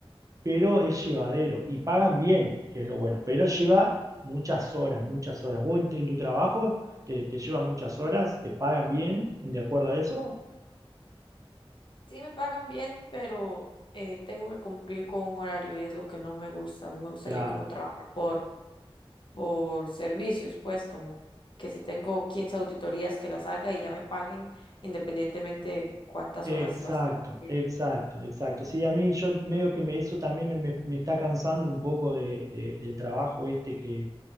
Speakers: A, on the right (about 35°); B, on the left (about 55°).
A: pero es llevadero y pagan bien, que es lo bueno, pero lleva muchas horas, muchas horas. ¿Vos en tu, en tu trabajo te, te lleva muchas horas? ¿Te pagan bien de acuerdo a eso?
B: Sí, me pagan bien, pero eh, tengo que cumplir con un horario y es lo que no me gusta. A mí me gustaría
A: Claro.
B: como trabajar por, por servicios, pues como que si tengo 15 auditorías que las haga y ya me paguen independientemente cuántas
A: Exacto,
B: horas las... eh,
A: exacto, exacto. Sí, a mí yo medio que me, eso también me, me está cansando un poco de- de- del trabajo este que,